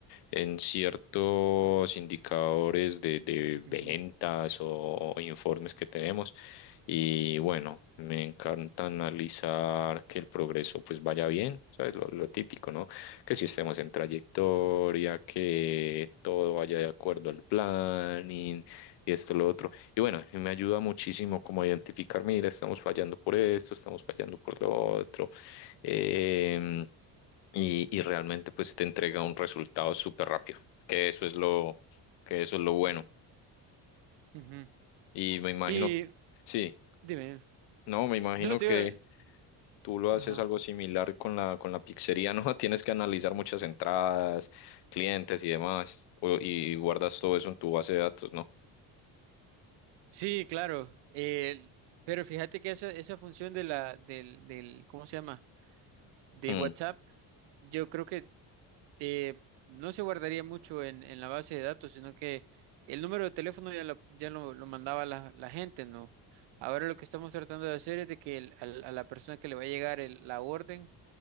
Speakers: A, on the left; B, on the right.
A: en ciertos indicadores de, de ventas
B: ujú,
A: o informes que tenemos. Y bueno, me encanta analizar que el progreso pues vaya bien, ¿sabes? Lo, lo típico, ¿no? Que si estemos en trayectoria, que todo vaya de acuerdo al planning y esto, lo otro. Y bueno, y me ayuda muchísimo como a identificar, mira, estamos fallando por esto, estamos fallando por lo otro. em, y, y realmente pues te entrega un resultado súper rápido, que eso es lo, que eso es lo bueno.
B: ujú.
A: Y me imagino,
B: Y
A: sí,
B: dime,
A: no, me imagino
B: no te
A: que
B: iba-
A: tú lo
B: Ajá.
A: haces algo similar con la, con la pizzería, ¿no? <laughs> Tienes que analizar muchas entradas, clientes y demás, o- y guardas todo eso en tu base de datos, ¿no?
B: Sí, claro. eh, pero fíjate que esa, esa función de la, del, del, ¿cómo se llama? De
A: Mm.
B: WhatsApp, yo creo que eh, no se guardaría mucho en, en la base de datos, sino que el número de teléfono ya, lo, ya lo, lo mandaba la, la gente, ¿no? Ahora lo que estamos tratando de hacer es de que el- al- a la persona que le va a llegar el- la orden